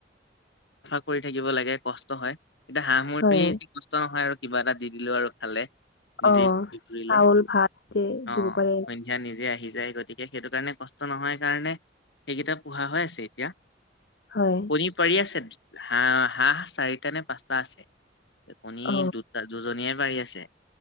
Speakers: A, on the left (about 85°); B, on the left (about 65°).
A: চাফা কৰি থাকিব লাগে কষ্ট হয়। এতিয়া হাঁহ মূৰ্গী
B: হয়।
A: কষ্ট নহয় আৰু। কিবা এটা দি দিলো আৰু খালে। নিজেই
B: অ
A: ফৰি ফুৰিলে
B: চাউল ভাত যে
A: আহ
B: দিব পাৰে
A: সন্ধিয়া নিজে আহে। যায় গতিকে সেইটো কাৰণে কষ্ট নহয় কাৰণে সেইকেইটা পোহা হৈ আছে এতিয়া।
B: হয়
A: কণী পাৰি আছে হাঁহ হাঁহ চাৰিটা নে পাঁচটা আছে। এইপনি
B: অ
A: দুটা দুজনীয়ে পাৰি আছে